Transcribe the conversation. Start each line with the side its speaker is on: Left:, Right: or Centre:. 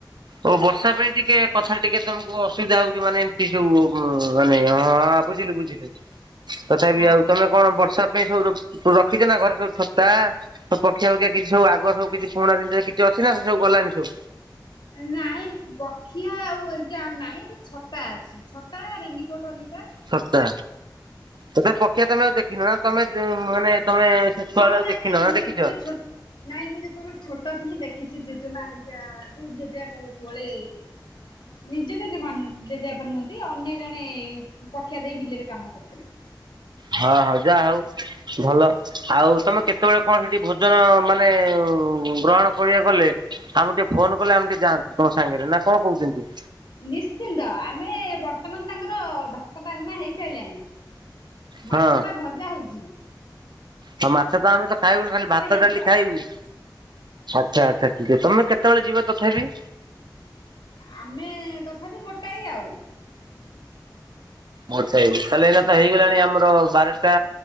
Right: ଓ ବର୍ଷା ପାଇଁ ଟିକେ କଥା ଟିକେ ତମକୁ ଅସୁବିଧା ହଉଚି ମାନେ ଏମିତି ଯଉ ସବୁ ମାନେ ହଁ ବୁଝିଲୁ ବୁଝିଲି। ତଥାପି ଆଉ
Left: ହଁ
Right: ତମେ କଣ ବର୍ଷା ପାଇଁ ସବୁ ରଖି ରଖିଚ ନା ଘରେ ସବୁ ଛତା ତ ପକ୍ଷିଆ ଫକ୍ଷୀୟା କିଛି ସବୁ ଆଗୁଆ ସବୁ କିଛି ପୁରୁଣା ଜିନିଷ କିଛି ଅଛିନା ସେ ସବୁ ଗଲାନି ସବୁ?
Left: ନାଇଁ ବଖିଆ ଆଉ ଏମିତି ଆଉ ନାଇଁ ଏବେ ଛତା ଅଛି। ଛତା ରେନିକୋଟ ହେରିକା।
Right: ସତା ତମେ ପକିଆ ତମେ ଆଉ ଦେଖିନ ନା ତମେ ମାନେ ତମେ ସେ ଛୁଆଳୁ
Left: ହଁ ନାଇଁ
Right: ଦେଖିନ
Left: ନାଇଁ
Right: ନା
Left: ମୁଁ
Right: ଦେଖିଚ?
Left: ଯେତେବେଳେ ଛୋଟ ନାଇଁ ମୁଁ ଯେତବେଳେ ଛୋଟ ଥିଲି ଦେଖିଚି ଜେଜେମା ହେରିକା ଯୋ ଜେଜେବାବା ଯେତେବେଳେ ନିଜ ଜେଜେମା ନୁହଁ ଜେଜେବାବା ନୁହଁନ୍ତି ଅନ୍ୟ ଜଣେ ପକ୍ଷିଆ ଦେଇ ବିଲରେ କାମ କରୁଥିଲେ।
Right: ହଁ ହଁ ଯାହା ହଉ ଭଲ ଆଉ ତମେ କେତବେଳେ କଣ ସେଠି ଭୋଜନ ମାନେ ଗ୍ରହଣ କରିବାକୁ ଗଲେ ଆମକୁ ଟିକେ ଫୋନ କଲେ ଆମେ ଟିକେ ଯାଆନ୍ତୁ ତମ ସାଙ୍ଗରେ ନା କଣ କହୁଛନ୍ତି?
Left: ନିଶ୍ଚିନ୍ତ ଆମେ ବର୍ତ୍ତମାନ ତାଙ୍କର ଭାତ ଡଲମା ହେଇସାଇଲାଣି ମାଛ
Right: ହଁ
Left: ଟା ଭଜା ହେଇଚି।
Right: ହଉ ମାଛ ତ ଆମେ ତ ଖାଇବୁନି ଖାଲି ଭାତ
Left: ହେଇଯିବ
Right: ଡାଲି
Left: ଆଉ
Right: ଖାଇବୁ। ଆଚ୍ଛା ଆଚ୍ଛା ଠିକ୍ ତମେ କେତବେଳେ ଯିବ ତଥାପି?
Left: ଆମେ ତଥାପି ଗୋଟାଏ ଆଉ।
Right: ମୋର ସେଇ ତାହେଲେ ଏଇନା ତ ହେଇଗଲାଣି ଆମର ବାରଟା